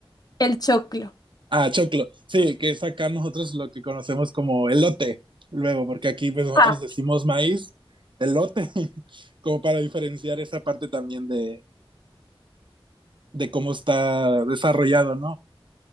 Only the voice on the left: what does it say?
el choclo.
Ah,